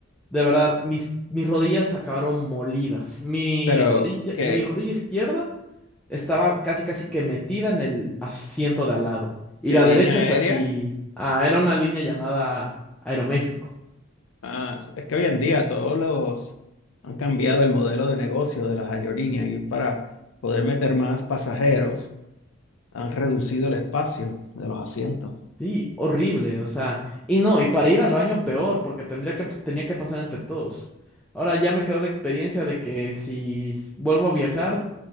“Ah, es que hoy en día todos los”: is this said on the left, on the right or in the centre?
Left